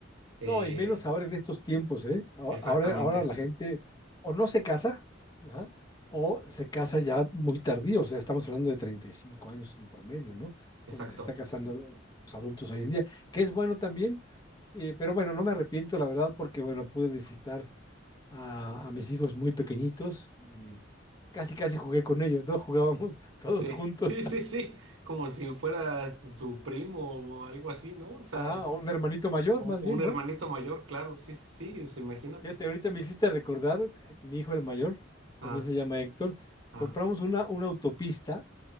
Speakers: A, on the right; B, on the left.
A: Eh,
B: No, y menos ahora en estos tiempos, ¿eh? A-
A: exactamente,
B: Ahora, ahora la gente o no se casa, ajá, o se casa ya muy tardío, o sea, estamos hablando de 35 años en promedio, ¿no?
A: exacto.
B: Cuando se está casando los adultos hoy en día, que es bueno también, eh, pero bueno, no me arrepiento, la verdad, porque bueno, pude disfrutar a, a mis hijos muy pequeñitos, y casi, casi jugué con ellos, ¿no? Jugábamos <laughs> todos
A: Sí,
B: juntos,
A: sí, sí, sí, como si fuera su primo o algo así, ¿no? O sea,
B: ajá, a un hermanito mayor,
A: o,
B: más
A: o
B: bien,
A: un
B: ¿no?
A: hermanito mayor, claro, sí, sí, sí, o sea, imagínate.
B: Fíjate, ahorita me hiciste recordar, eh, mi hijo el mayor, también
A: Ah,
B: se llama Héctor,
A: ah,
B: compramos una, una autopista